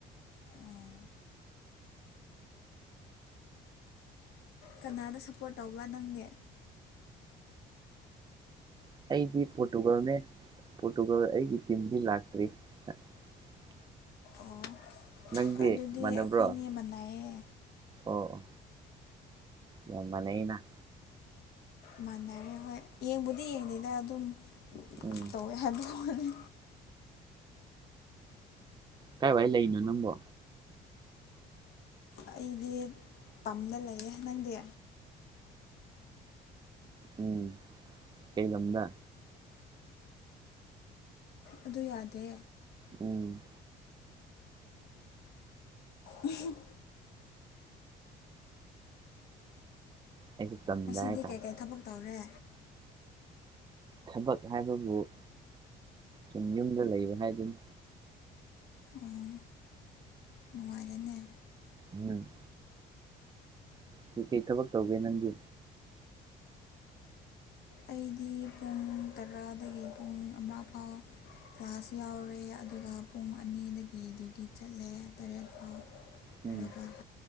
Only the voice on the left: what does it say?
ꯑꯣ ꯀꯅꯥꯅ ꯁꯞꯄꯣꯔꯠ ꯇꯧꯕ ꯅꯪꯅꯦ
ꯑꯣ
ꯑꯗꯨꯗꯤ
ꯑꯩꯈꯣꯏꯅꯤ
ꯃꯅꯥꯏꯌꯦ
ꯃꯥꯟꯅꯔꯦ ꯍꯣꯏ ꯌꯦꯡꯕꯨꯗꯤ ꯌꯦꯡꯗꯦꯗ ꯑꯗꯨꯝ
ꯇꯧꯋꯦ ꯍꯥꯏꯦ ꯚꯅꯦ
ꯑꯩꯗꯤ ꯇꯝꯗ ꯂꯩꯌꯦꯦ ꯅꯪꯗꯤ
ꯑꯗꯨ ꯌꯥꯗꯦ
ꯎꯝ
ꯉꯁꯤꯗꯤ
ꯀꯩꯀꯩ ꯊꯕꯛ ꯇꯧꯔꯦ
ꯑꯣ ꯅꯨꯡꯉꯥꯏꯔꯦꯅꯦ
ꯑꯩꯗꯤ ꯄꯨꯡ ꯇꯔꯥꯗꯒꯤ ꯄꯨꯡ ꯑꯃꯥ ꯐꯥꯎꯕ ꯀ꯭ꯂꯥꯁ ꯌꯥꯎꯔꯦ ꯑꯗꯨꯒ ꯄꯨꯡ ꯑꯅꯤꯗꯒꯤ ꯗ꯭ꯌꯨꯇꯤ ꯆꯠꯂꯦ ꯇꯔꯦꯠ ꯐꯥꯎ
ꯑꯗꯨꯒ